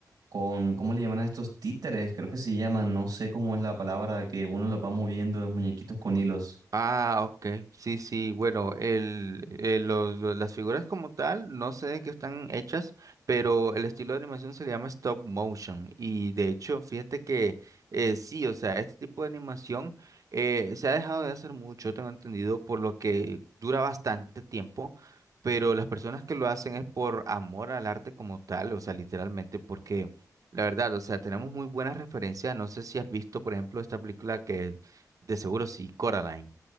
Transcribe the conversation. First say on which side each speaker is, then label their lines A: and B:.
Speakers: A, on the right (about 80°); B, on the right (about 55°).
A: con, ¿cómo le llaman a estos títeres? Creo que se llaman, no sé cómo es la palabra, que uno los va moviendo los muñequitos con hilos.
B: Ah, ok. Sí, sí. Bueno, el, eh, los, los- las figuras como tal, no sé de qué están hechas, pero el estilo de animación se le llama stop motion. Y de hecho, fíjate que eh, sí, o sea, este tipo de animación eh, se ha dejado de hacer mucho, tengo entendido, por lo que dura bastante tiempo. Pero las personas que lo hacen es por amor al arte como tal, o sea, literalmente, porque la verdad, o sea, tenemos muy buenas referencias. No sé si has visto, por ejemplo, esta película que de seguro sí, Coraline.